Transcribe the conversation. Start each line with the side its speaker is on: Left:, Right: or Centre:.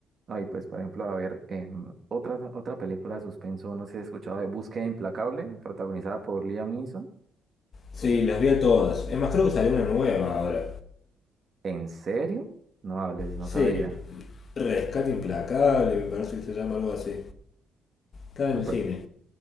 Right: No, y pues, por ejemplo, a ver, em, otra, otra película de suspenso, no sé si has escuchado de Búsqueda Implacable, protagonizada por Liam Neeson.
Left: Sí, las vi a todas. Es más, creo que salió una nueva ahora.
Right: ¿En serio? No hables, no
Left: Sí,
Right: sabía.
Left: Rescate Implacable, me parece que se llama algo así. Está
Right: No,
Left: en el
Right: pues.
Left: cine.